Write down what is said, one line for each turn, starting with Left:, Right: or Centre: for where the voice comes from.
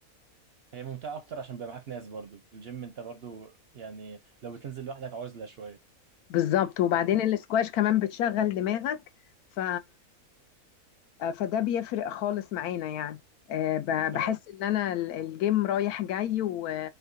Right: هي ممتعه اكتر عشان بيبقى معاك ناس برضو الجيم انت برضو يعني لو بتنزل لوحدك عزله شويه
Left: بالظبط وبعدين
Right: اه
Left: السكواش كمان بتشغل دماغك ف آه، فده بيفرق خالص معانا يعني آه، ب- بحس
Right: آه.
Left: ان انا ال- الجيم رايح جاي و...